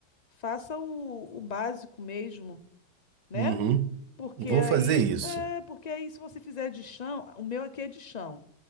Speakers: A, on the left; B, on the right.
A: Faça o, o básico mesmo, né?
B: Uhum.
A: Porque
B: Vou
A: aí,
B: fazer isso.
A: é, porque aí se você fizer de chão, o meu aqui é de chão.